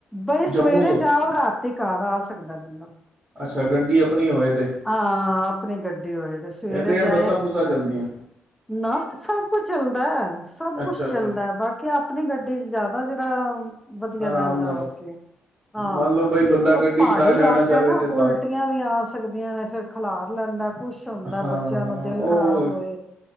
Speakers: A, in the centre; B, on the right.
A: ਬਈ ਸਵੇਰੇ
B: ਜੰਮੂ ਤੋਂ
A: ਜਾਓ ਰਾਤੀ ਘਰ ਆ ਸਕੋ। ਖਦਾ ਬੰਦਾ
B: ਅੱਛਾ ਗੱਡੀ ਆਪਣੀ ਹੋਵੇ ਤੇ
A: ਹਾਂ ਆਪਣੀ ਗੱਡੀ ਹੋਏ ਤੇ ਸਵੇਰੇ
B: ਇਹ ਤੇ
A: ਜਾਏ।
B: ਬੱਸਾਂ ਬੁੱਸਾਂ ਚੱਲਦੀਆਂ
A: ਨਾ ਸਭ ਕੁਛ ਚੱਲਦਾ ਸਭ
B: ਅੱਛਾ
A: ਕੁੱਛ
B: ਅੱਛਾ
A: ਚੱਲਦਾ ਬਾਕੀ ਆਪਣੀ ਗੱਡੀ ਚ ਜ਼ਿਆਦਾ <unintelligible> ਵਧੀਆ
B: ਆਰਾਮ
A: ਰਹਿੰਦਾ
B: ਨਾਲ
A: ਹੋਰ ਕੀ ਹਾਂ
B: ਮੰਨ ਲਓ ਬਈ ਬੰਦਾ
A: ਉਹ
B: ਗੱਡੀ
A: ਪਹਾੜੀ
B: ਨਾ ਜਾਣਾ
A: ਇਲਾਕਾ
B: ਚਾਹਵੇ
A: ਨਾ
B: ਤੇ
A: ਉਲਟੀਆਂ
B: ਬਾਹਰ
A: ਵੀ ਆ ਸਕਦੀਆਂ ਨੇ ਫੇਰ ਖਿਲਾਰ ਲੈਂਦਾ। ਕੁਛ ਹੁੰਦਾ
B: ਹਾਂ
A: ਬੱਚਿਆਂ ਨੂੰ ਦਿਲ
B: ਉਹ
A: ਖ਼ਰਾਬ ਹੋਏ